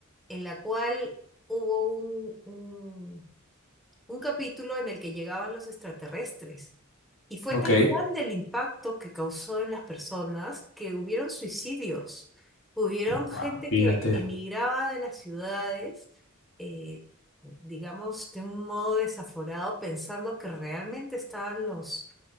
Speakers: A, in the centre; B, on the left.
A: en la cual hubo un, un un capítulo en el que llegaban los extraterrestres. Y fue
B: ok,
A: tan grande el impacto que causó en las personas que hubieron suicidios. Hubieron
B: Wow.
A: gente
B: fíjate.
A: que emigraba de las ciudades, eh, digamos, de un modo desaforado, pensando que realmente estaban los,